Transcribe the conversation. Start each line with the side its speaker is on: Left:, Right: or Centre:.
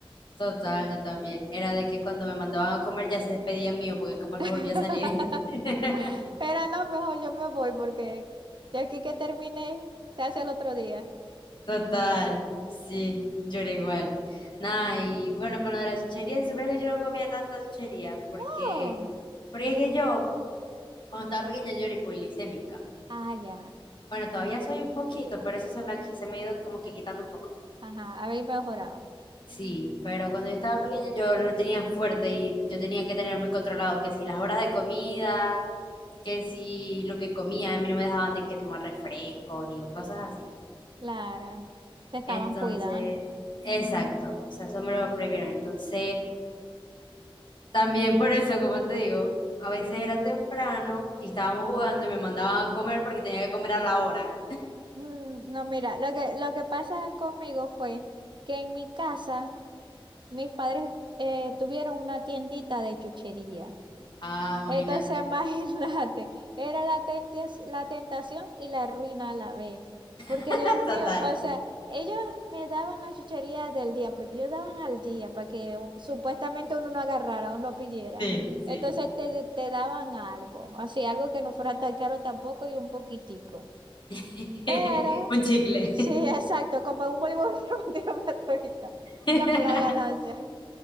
Left: Total,
Right: Pues.
Left: yo también. Era de que cuando me mandaban a comer ya se despedían mío porque capaz
Right: <laughs>
Left: no volvía a salir. <laughs>
Right: Pero no, mejor yo me voy porque de aquí que termine se hace el otro día.
Left: Total, sí, yo era igual. Nada, y bueno, con lo de las chucherías, si supieras que yo no comía tanta chuchería porque,
Right: No,
Left: porque es que yo, cuando estaba pequeña, yo era hipoglicémica.
Right: ah, ya,
Left: Bueno, todavía soy un poquito, pero eso se me, ha qui- se me ha ido como que quitando un poco.
Right: ajá, habéis mejorado,
Left: Sí, pero cuando yo estaba pequeña yo lo tenía fuerte y yo tenía que tener muy controlado que si las horas de comida, que si lo que comía, a mí no me dejaban de que tomar refrescos y cosas así.
Right: claro, te estaban
Left: Entonces,
Right: cuidando.
Left: exacto, o sea, eso me lo prohibieron. Entonces, también por eso, como te digo, a veces era temprano y estábamos jugando y me mandaban a comer porque tenía que comer a la hora.
Right: Mm, No, mira, lo que, lo que pasa conmigo fue que en mi casa mis padres eh, tuvieron una tiendita de chuchería.
Left: Ah, imagínate.
Right: Entonces, <laughs> imagínate, era la, tentes- la tentación y la ruina a la vez. Porque
Left: <laughs>
Right: Dios mío,
Left: Total.
Right: o sea, ellos me daban la chuchería del día, porque ellos daban al día para que u- supuestamente uno no agarrara o no pidiera.
Left: Sí,
Right: Entonces
Left: sí.
Right: te, te daban algo, así, algo que no fuera tan caro tampoco y un poquitico.
Left: <laughs>
Right: pero
Left: Un chicle.
Right: Sí, exacto, como en un voleibol <laughs> romántico matuista,
Left: <laughs>
Right: ya por la galaxia.